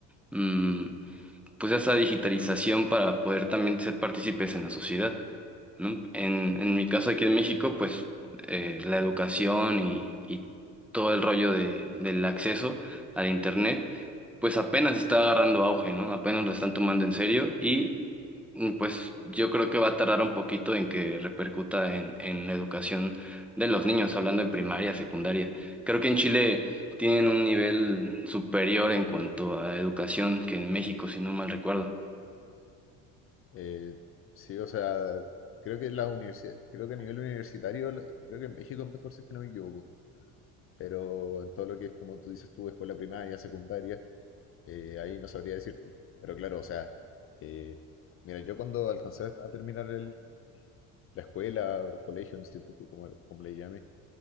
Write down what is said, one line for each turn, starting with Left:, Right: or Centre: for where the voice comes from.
Centre: mm, pues a esa digitalización para poder también ser partícipes en la sociedad. ¿no? En, en mi caso aquí en México, pues eh, la educación y, y todo el rollo de, del acceso al Internet, pues apenas está agarrando auge, ¿no? Apenas lo están tomando en serio y mm, pues yo creo que va a tardar un poquito en que repercuta en, en la educación de los niños, hablando en primaria, secundaria. Creo que en Chile tienen un nivel superior en cuanto a educación que en México, si no mal recuerdo.
Left: Eh, sí, o sea, creo que las universidades, creo que a nivel universitario, lo- creo que en México es mejor si es que no me equivoco, pero en todo lo que es, como tú dices tú, escuela primaria, secundaria, Eh, ahí no sabría decirte. Pero claro, o sea, eh, mira, yo cuando alcancé a terminar el, la escuela, o colegio, instituto, como, como le llame,